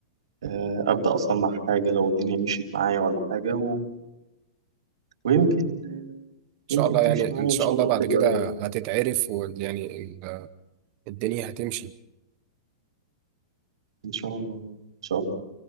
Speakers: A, on the right; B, on the right.
A: آه، أبدأ أصنع حاجة لو الدنيا مشيت معايا ولا حاجة و... ويمكن
B: إن شاء
A: يمكن
B: الله
A: تمشي
B: يعني
A: معايا
B: إن شاء
A: إن شاء
B: الله
A: الله
B: بعد
A: تبقى
B: كده هتتعرف ويعني ال- الدنيا هتمشي
A: إن شاء الله إن شاء الله